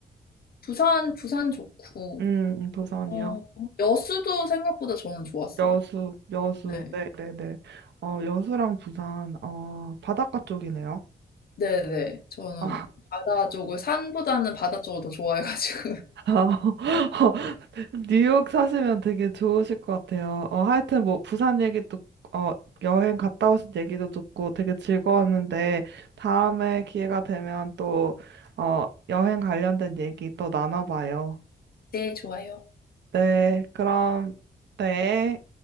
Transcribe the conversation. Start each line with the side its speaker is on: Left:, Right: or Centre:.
Left: 부산 부산 좋고
Right: 음, 부산이요.
Left: 어, 여수도 생각보다 저는 좋았어요.
Right: 여수, 여수.
Left: 네.
Right: 네, 네, 네. 어, 여수랑 부산, 어, 바닷가 쪽이네요.
Left: 네네. 저는
Right: 아,
Left: 바다 쪽을, 산보다는 바다 쪽을 더 좋아해가지고. <laughs>
Right: <laughs> 뉴욕 사시면 되게 좋으실 것 같아요. 어, 하여튼 뭐 부산 얘기도 어, 여행 갔다 오신 얘기도 듣고 되게 즐거웠는데 다음에 기회가 되면 또 어, 여행 관련된 얘기 또 나눠봐요.
Left: 네, 좋아요.
Right: 네, 그럼 네.